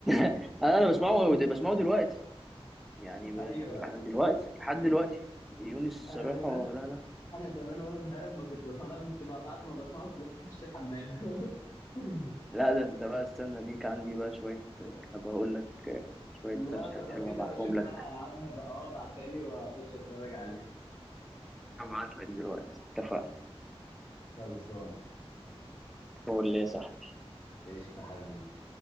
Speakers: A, in the centre; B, on the left (about 25°).
A: <laughs> انا أنا بسمعه
B: عارف انت
A: بسمعه دلوقتي يعني ب-
B: ايوه
A: دلوقتي لحد دلوقتي يونس الصراحه
B: انا زمان
A: لا لا
B: انا زمان وانا صغير لما كنت بسمع فاهم تبقى بعد ما بسمعه كنت بخاف اخش الحمام <laughs>
A: لا ده انت بقى استنى ليك عندي بقى شويه آه، هبقى اقول لك آه، شويه
B: لا
A: ترشيحات
B: لا طب لو
A: حلوه
B: كده
A: هبعتهم
B: لو شفت
A: لك
B: حلقة يا عم بقى اه ابعتها لي واخش اتفرج عليها
A: هبعت لك دلوقتي اتفقنا
B: خلصان
A: هو اللي صح
B: قشطة حبيبي